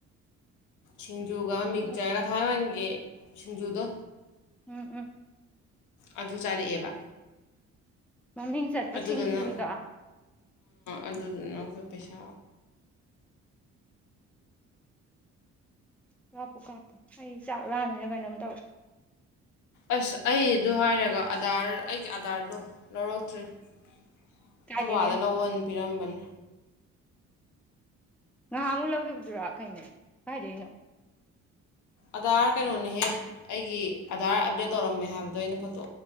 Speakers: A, on the left (about 75°); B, in the centre.
A: ꯁꯤꯡꯖꯨꯒ
B: ꯎꯝ
A: ꯃꯤꯛꯆꯔꯒ ꯊꯋꯥꯏꯃꯟꯒꯦ ꯁꯤꯡꯖꯨꯗꯣ
B: ꯎꯝ ꯎꯝ
A: ꯑꯗꯨ ꯆꯥꯔꯛꯑꯦꯕ
B: ꯃꯃꯤꯡ ꯆꯠꯄ
A: ꯑꯗꯨꯗꯨꯅ
B: ꯁꯤꯡꯖꯨꯗ
A: ꯑꯗꯨꯗꯨꯅ ꯑꯩꯈꯣꯏ ꯄꯩꯁꯥ
B: ꯀꯥꯞꯄꯨ ꯀꯥꯞꯄꯨ ꯑꯩ ꯆꯥꯛ ꯂꯥꯃꯤꯅ ꯀꯩꯅꯣꯝ ꯇꯧꯔꯦ
A: ꯑꯁ ꯑꯩꯗꯨ ꯍꯥꯏꯔꯒ ꯑꯗꯥꯔ ꯑꯩꯒꯤ ꯑꯗꯥꯔꯗꯣ ꯂꯧꯔꯛꯇ꯭ꯔꯤ ꯑꯩꯈꯣꯏ
B: ꯀꯥꯏꯗꯒꯤ
A: ꯕꯥꯗ ꯂꯑꯣꯟ ꯄꯤꯔꯝꯕꯅꯤ
B: ꯉꯍꯥꯛꯃꯨꯛ ꯂꯧꯈꯤꯕꯗꯨꯔꯥ ꯀꯩꯅꯣ ꯀꯥꯏꯗꯩꯅꯣ
A: ꯑꯙꯥꯔ ꯀꯩꯅꯣꯅꯤꯍꯦ ꯑꯩꯒꯤ ꯑꯙꯥꯔ ꯑꯞꯗꯦꯠ ꯇꯧꯔꯝꯃꯦ ꯍꯥꯏꯕꯗꯣ ꯑꯩꯅ ꯐꯣꯇꯣ